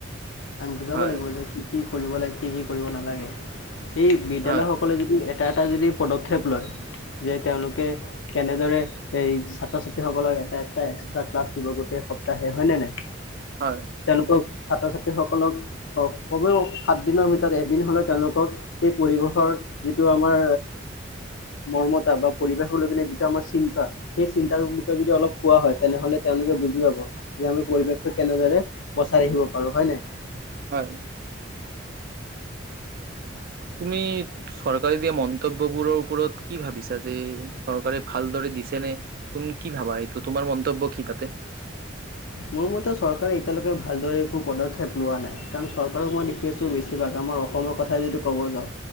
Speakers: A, on the left; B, on the right.
A: আমি বুজাব
B: হয়
A: লাগিব যে কি কি কৰিবলৈ কি কি কৰিব নালাগে। এই বিদ্যালয়সকলে
B: হয়
A: যদি এটা এটা যদি পদক্ষেপ লয় যে তেওঁলোকে কেনেদৰে এই ছাত্ৰ ছাত্ৰীসকলক এটা এটা এক্সট্ৰা ক্লাছ দিব গোটেই সপ্তাহে হয় নে নাই
B: হয়
A: তেওঁলোকক ছাত্ৰ ছাত্ৰীসকলক কমেও সাতদিনৰ ভিতৰত এদিন হ'লে তেওঁলোকক সেই পৰিৱেশৰ যিটো আমাৰ মৰ্মতা বা পৰিৱেশলৈকনে যিটো আমাৰ চিন্তা সেই চিন্তাৰ বিষয়ে যদি অলপ কোৱা হয় তেনেহলে তেওঁলোকে বুজি পাব যে আমি পৰিৱেশটো কেনেদৰে বচাই ৰাখিব পাৰো হয় ন
B: হয় তুমি চৰকাৰে দিয়া মন্তব্যবোৰৰ ওপৰত কি ভাবিছা যে চৰকাৰে ভালদৰে দিছে নে তুমি কি ভাবা এইটো তোমাৰ মন্তব্য কি তাতে
A: মোৰ মতে চৰকাৰে এতিয়ালৈকে ভালদৰে একো পদক্ষেপ লোৱা নাই কাৰণ চৰকাৰক মই দেখি আছো বেছিভাগ আমাৰ অসমৰ কথাই যদি ক'ব যাওঁ